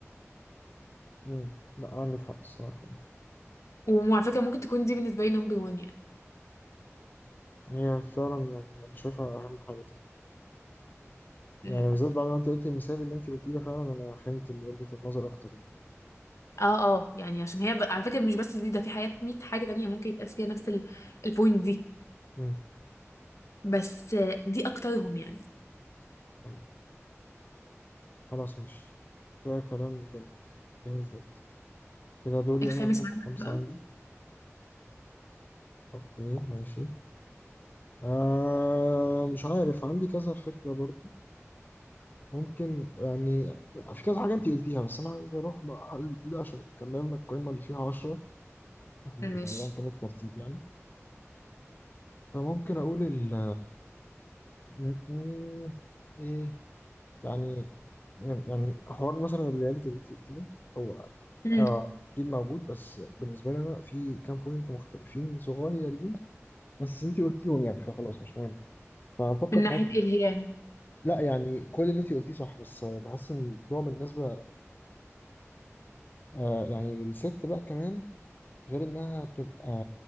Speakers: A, on the left; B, on the left.
A: مم. لا عندك حق الصراحه
B: وعلى فكره ممكن تكون دي بالنسبه لي نمبر 1
A: هي فعلا يعني انا شايفها اهم حاجه تاني
B: يعني
A: يعني بالذات بعد ما انت قلتي المثال اللي انت قلتيه ده فعلا انا فهمت وجهة النظر اكتر يعني
B: اه اه يعني عشان هي ب... على فكرة مش بس دي ده في حاجات 100 حاجة تانية ممكن يتقاس فيها نفس ال... البوينت دي
A: مم.
B: بس آه، دي أكترهم يعني
A: طيب خلاص مش ده كلام جميل جميل جدا كده دوري
B: الخامس
A: انا اقول
B: عندك
A: خمسة
B: بقى
A: عندي اوكي ماشي آه مش عارف عندي كذا فكرة برضو ممكن يعني في كذا حاجة انت قلتيها بس انا عاوز اروح بقى حاجة جديدة عشان كملنا القائمة اللي فيها عشرة احنا
B: ماشي
A: ايا كان الترتيب يعني فممكن اقول ال م- م- ايه يعني يعني حوار مثلا الرياليتي اللي انت قلتيه ده هو
B: مم.
A: آه، اكيد موجود بس بالنسبه لي انا في كام بوينت مختلفين صغيرين بس انت قلتيهم يعني فخلاص مش مهم فهفكر
B: من
A: في
B: ناحية
A: حاجه جديدة.
B: ايه اللي هي يعني
A: لا يعني كل اللي انت قلتيه صح بس آه، بحس ان الموضوع بالنسبه آه يعني للست بقى كمان غير انها بتبقى